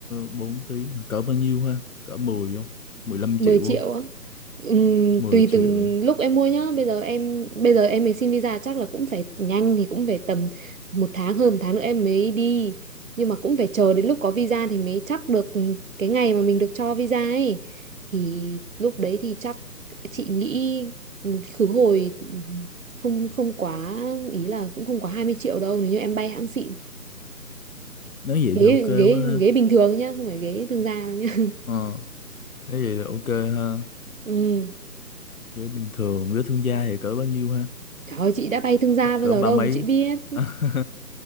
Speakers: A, on the left (about 60°); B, on the right (about 55°).
A: 4 tiếng. Cỡ bao nhiêu ha? Cỡ 10 không? mười lăm
B: mười
A: triệu không?
B: triệu á Ừm,
A: mười
B: tùy
A: triệu.
B: từng lúc em mua nhá bây giờ em bây giờ em mới xin visa chắc là cũng phải nhanh thì cũng phải tầm một tháng hơn một tháng nữa em mới đi nhưng mà cũng phải chờ đến lúc có visa thì mới chắc được cái ngày mà mình được cho visa ấy thì lúc đấy thì chắc chị nghĩ khứ hồi không không quá ý là cũng không quá 20 triệu đâu nếu như em bay hãng xịn
A: Nếu vậy
B: ghế
A: thì ok
B: ghế
A: quá ha.
B: ghế bình thường nhá không phải ghế thương gia đâu nhá <laughs>
A: Ờ, nếu vậy thì ok ha.
B: ừ.
A: cỡ bình thường cỡ thương gia thì cỡ bao nhiêu ha
B: trời ơi chị đã bay thương gia
A: chắc
B: bao
A: cỡ
B: giờ
A: ba
B: đâu
A: mấy
B: mà chị biết
A: <laughs>